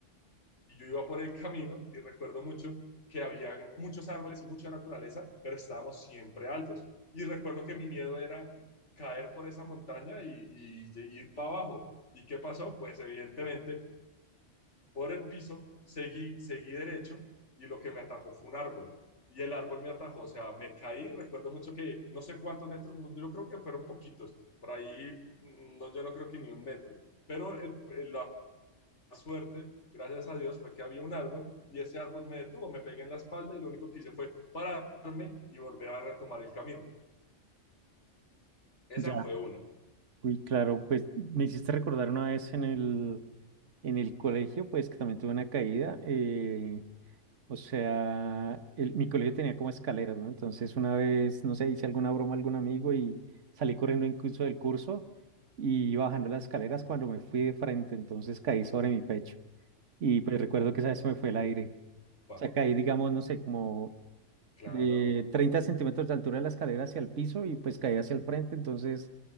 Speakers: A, on the left; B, on the right.
A: y yo iba por el camino y recuerdo mucho que había muchos árboles y mucha naturaleza, pero estábamos siempre altos. Y recuerdo que mi miedo era caer por esa montaña y, y- y ir para abajo. ¿Y qué pasó? Pues evidentemente por el piso seguí, seguí derecho y lo que me atajó fue un árbol. Y el árbol me atajó, o sea, me caí. Recuerdo mucho que no sé cuántos metros, no, yo creo que fueron poquitos, por ahí, mm, no, yo no creo que ni un metro, pero el, el suerte, gracias a Dios, fue que había un árbol y ese árbol me detuvo, me pegué en la espalda y lo único que hice fue pararme y volver a retomar el camino. Esa
B: Ya,
A: fue una.
B: uy, claro, pues me hiciste recordar una vez en el, en el colegio, pues que también tuve una caída. eh, O sea, el- mi colegio tenía como escaleras, ¿no? Entonces una vez, no sé, hice alguna broma a algún amigo y salí corriendo incluso del curso y iba bajando las escaleras cuando me fui de frente, entonces caí sobre mi pecho. Y pues recuerdo que esa vez se me fue el aire.
A: Upa,
B: O sea, caí, digamos, no sé, como
A: claro,
B: de 30 centímetros de altura de la escalera hacia el piso y pues caí hacia el frente, entonces